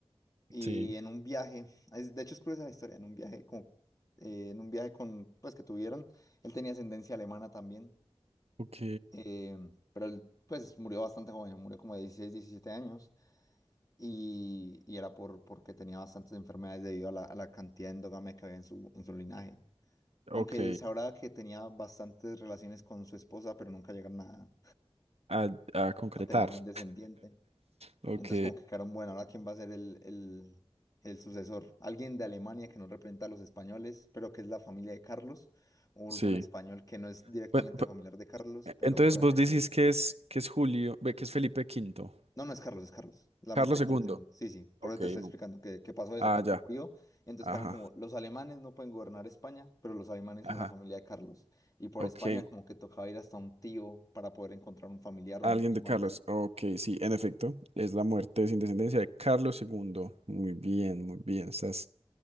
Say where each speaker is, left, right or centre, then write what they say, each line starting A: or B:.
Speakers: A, on the left (about 35°); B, on the right (about 80°).
A: Y
B: Sí,
A: en un viaje, es- de hecho es curiosa la historia, en un viaje como, eh, en un viaje con, pues que tuvieron, él tenía ascendencia alemana también,
B: ok.
A: eh, pero él pues murió bastante joven, murió como de dieciséis 17 años y, y era por, porque tenía bastantes enfermedades debido a la, a la cantidad de endogamia que había en su, en su linaje. Aunque
B: Ok,
A: se sabrá que tenía bastantes relaciones con su esposa, pero nunca llegaron a,
B: a, a concretar.
A: a tener un
B: <laughs>
A: descendiente.
B: Ok,
A: Entonces como que quedaron, bueno, ahora quién va a ser el, el, el sucesor. Alguien de Alemania que no representa a los españoles, pero que es la familia de Carlos, o algún
B: sí.
A: español que no es directamente
B: Bueno, pu-
A: familiar de Carlos, pero
B: entonces
A: representa.
B: vos decís que es, que es Julio, ve, que es Felipe Quinto,
A: No, no es Carlos, es Carlos. Es la
B: Carlos
A: muerte
B: Segundo.
A: de Carlos II. Sí, sí,
B: Ok,
A: por eso te estoy
B: no.
A: explicando que, que pasó eso,
B: ah,
A: como
B: ya,
A: que murió. Entonces
B: ajá,
A: quedaron como, los alemanes no pueden gobernar España, pero los alemanes
B: ajá,
A: son la familia de Carlos. Y por
B: ok.
A: España como que tocaba ir hasta un tío para poder encontrar un familiar
B: Alguien
A: o un primo,
B: de Carlos,
A: algo así.
B: ok, sí, en efecto, es la muerte sin descendencia de Carlos Segundo. Muy bien, muy bien, estás